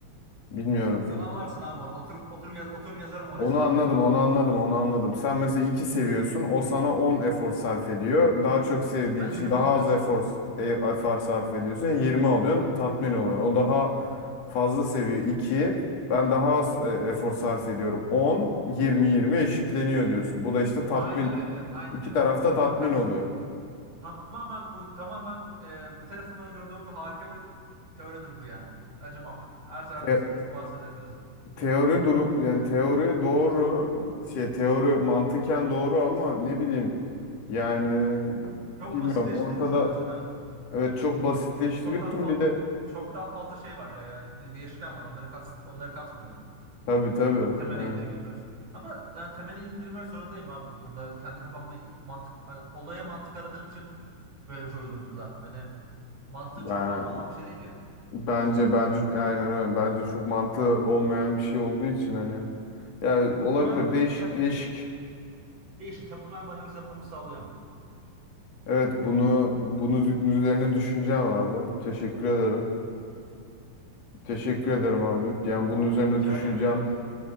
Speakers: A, on the left; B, on the right.
A: bilmiyorum.
B: Sen anlarsın abi onu. Oturup oturup, yaz- oturup yazarım oraya
A: Onu
B: sana
A: anladım,
B: bir ara tamam
A: onu anladım,
B: mı?
A: onu anladım. Sen mesela 2 seviyorsun, o sana 10 efor sarf ediyor. Daha çok sevdiği
B: Sen
A: için
B: 20
A: daha
B: anlıyorsun.
A: az efor, e, efor sarf ediyorsun. yirmi alıyorsun, tatmin oluyor. O daha fazla seviyor iki, Ben daha az e, efor sarf ediyorum. on, 20, 20 eşitleniyor diyorsun. Bu da işte tatmin,
B: Aynen öyle. Aynen
A: iki
B: öyle.
A: tarafta
B: Tatmin
A: tatmin
B: kaç
A: oluyor.
B: tamamen uy- tamamen e, bir tarafımdan uydurduğum bir harika bir teoridir bu yani. Acımam. Her zaman
A: Te-
B: bahsedebiliriz bunu.
A: teori durum yani teori doğru şey teori mantıken doğru ama ne bileyim yani
B: Çok
A: bilmiyorum
B: basitleştirmiş
A: ortada
B: oluyorsun evet.
A: Evet çok basitleştiriyorsun
B: Çok daha fa-
A: bir de
B: çok daha fazla şey var. E, değişken var. Onları kat onları katmıyorum.
A: tabii tabii
B: Çok temele
A: yani
B: indirgiyoruz. Ama yani temele indirmek zorundayım abi. Burada kendi kafamda mantık hani olaya mantık aradığım için böyle bir şey uydurdum zaten. Hani mantığı
A: ben
B: çok fazla olan bir şey değil ya.
A: bence bence aynen öyle bence çok mantığı olmayan bir şey olduğu için hani yani
B: Böyle
A: olabilir
B: temel
A: değişik
B: tem,
A: değişik
B: değişik temel bir analiz yapmamı sağlıyor ama.
A: evet bunu bunu dü- üzerine düşüneceğim abi teşekkür ederim teşekkür ederim abi yani bunun üzerine
B: Rica
A: düşüneceğim
B: ederim ne demek.